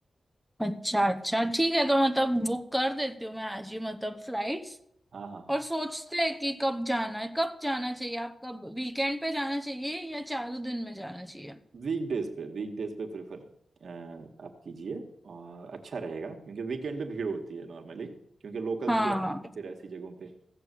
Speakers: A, in the centre; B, on the right.
A: अच्छा अच्छा ठीक है तो मतलब बुक कर देती हूँ मैं आज ही मतलब फ्लाइट्स
B: हाँ हाँ हाँ
A: और सोचते हैं कि कब जाना है कब जाना चाहिए आप कब वीकेंड पे जाना चाहिए या चालू दिन में जाना चाहिए
B: वीकडेज पे वीकडेज पे प्रेफर आप कीजिए और अच्छा रहेगा क्योंकि वीकेंड पे भीड़ होती है नॉर्मली क्योंकि लोकल्स
A: हाँ
B: भी आते हैं फिर ऐसी जगहों पे